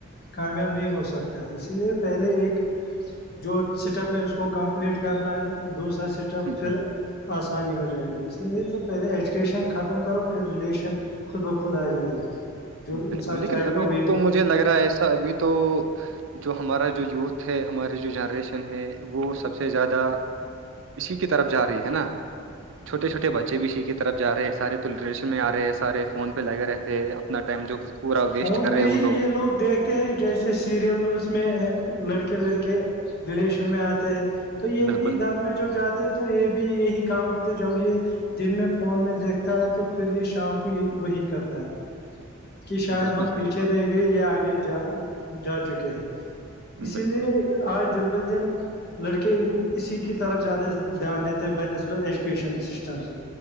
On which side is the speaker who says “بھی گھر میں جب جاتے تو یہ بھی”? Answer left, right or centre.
Left